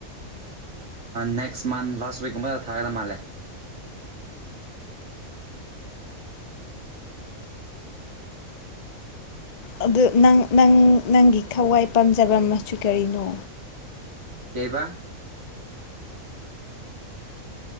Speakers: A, on the right; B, on the left.
A: ꯅꯦꯛꯁ ꯃꯟ ꯂꯥꯁ ꯋꯤꯛꯀꯨꯝꯕꯗ ꯊꯥꯒꯗ ꯃꯥꯜꯂꯦ
B: ꯑꯗꯨ ꯅꯪ ꯅꯪ ꯅꯪꯒꯤ ꯊꯋꯥꯏ ꯄꯥꯝꯖꯕ ꯃꯆꯨ ꯀꯔꯤꯅꯣ
A: ꯀꯩꯕꯥ